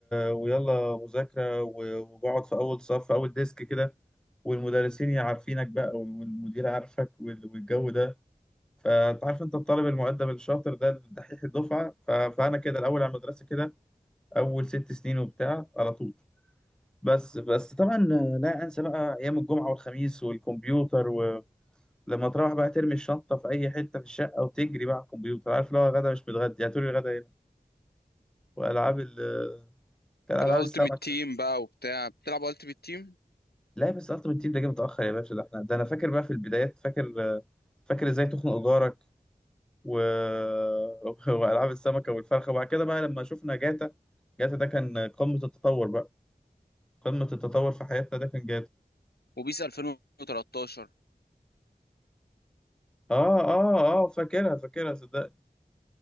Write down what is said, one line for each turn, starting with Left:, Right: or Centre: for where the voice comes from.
Centre: ويلا مذاكره و... وبقعد في اول صف في اول ديسك كده والمدرسين يا عارفينك بقى والمدير عارفك وال- والجو ده فانت عارف انت الطالب المؤدب الشاطر ده الدحيح الدفعه ف... فانا كده الاول على المدرسه كده اول ست سنين وبتاع على طول بس بس طبعا لا انسى بقى ايام الجمعه والخميس والكمبيوتر ولما تروح بقى ترمي الشنطه في اي حته في الشقه وتجري بقى على الكمبيوتر عارف لو غدا مش متغدي هاتولي الغدا هنا والعاب ال كان
Left: الالتيميت
Centre: العاب السمك
Left: تيم بقى وبتاع بتلعب التيميت تيم
Centre: لا بس التيمت تيم ده جه متاخر يا باشا ده احنا ده انا فاكر بقى في البدايات فاكر فاكر ازاي تخنق جارك و... <laughs> والعاب السمكه والفرخه وبعد كده بقى لما شفنا جاتا جاتا ده كان قمه التطور بقى قمه التطور في حياتنا ده كان
Left: وبيس 2013
Centre: اه اه اه فاكرها فاكرها صدق